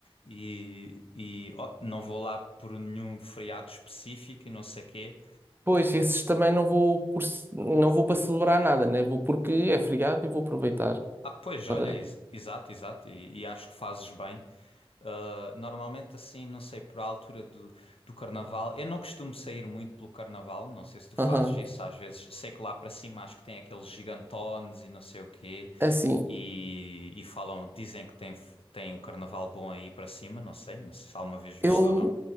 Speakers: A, on the left (about 70°); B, on the right (about 20°).
A: E, e ó, não vou lá por nenhum feriado específico e não sei quê.
B: Pois, esses também não vou por ce- não vou para celebrar nada, né? Vou porque é feriado e vou aproveitar
A: Ah, pois,
B: para.
A: olha, ex- exato, exato, e, e acho que fazes bem. Uh, normalmente assim, não sei, por a altura do, do carnaval, eu não costumo sair muito pelo carnaval, não sei se tu fazes
B: Aham.
A: isso, às vezes sei que lá para cima acho que tem aqueles gigantones e não sei o quê,
B: É Assim,
A: e, e falam, dizem que tem, tem o carnaval bom aí para cima, não sei, não sei se alguma vez visto
B: eu
A: ou não.